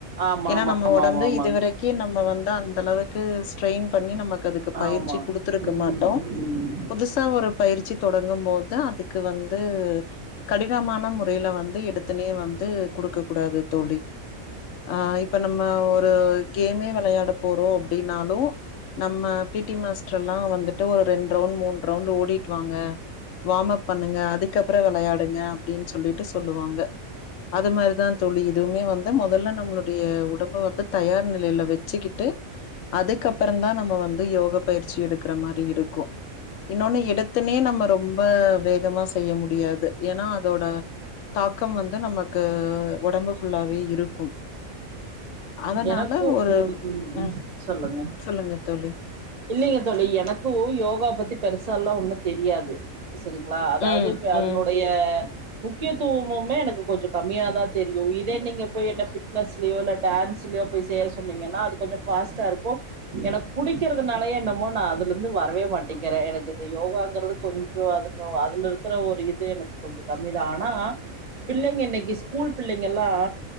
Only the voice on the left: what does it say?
ஏன்னா
நம்ம
வந்து
இதுவரைக்கு நம்ம வந்து அந்த அளவுக்கு ஸ்ட்ரெயின் பண்ணி நமக்கு அதுக்கு பயிற்சி
கொடுத்துருக்க
மாட்டோம்
புதுசா ஒரு பயிற்சி தொடங்கும் போது அதுக்கு வந்து கடினமான முறையில வந்து எத்தனே வந்து கொடுக்க கூடாது தோழி ஆ இப்ப நம் ஒரு கேமே விளையாட போறோம் அப்படின்னாலு நம்ம பிடிி மாஸ ல்லாம் வந்துட்டு ஒரு ரெண்டு ரவுண்ட் மூணு ரவுண்ட் ஓடிட்டுவாங்க வம் அப் பண்ணுங்க அதுக்கப்புறம் விளையாடுங்க அப்படின்னு சொல்லிட்டு சொல்லுவாங்க அது மாதிரிதான் தோழி இதுவுமே வந்து முதல்ல நம்மளுடைய வந்து தயார் நிலையில வச்சுக்கிட்டு அதுக்கப்புறம தான் நம்ம வந்து யோக பயிற்சி எடுக்கற மாரி இருக்கும் இன்னொன்னு இடத்தனே நம்ம ரொம்ப வேகமா செய்ய முடியாது ஏன்னா அதோட தாக்கம் வந்து நம்ம க்கு உடம்பு ஃுல்லாகவே இருக்கும் அதனால
ஒரு
ம்
சொல்லுங்க தோழி
ம்
ம்